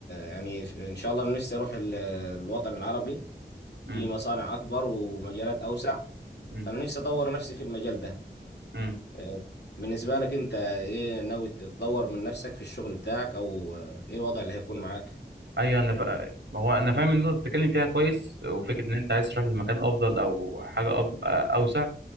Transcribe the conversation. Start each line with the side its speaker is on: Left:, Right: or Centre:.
Left: يعني في ان شاء الله انا نفسي اروح ال- الوطن العربي
Right: امم
Left: في مصانع اكبر ومجالات اوسع
Right: امم
Left: فانا نفسي اطور نفسي في المجال ده
Right: امم
Left: آه، بالنسبة لك انت ايه ناوي تطور من نفسك في الشغل بتاعك او آه، ايه الوضع اللي هيكون معاك
Right: ايوه انا فا... هو انا فاهم ان انت بتتكلم فيها كويس وفكره ان انت عايز تروح لمكان افضل او حاجه أب... اوسع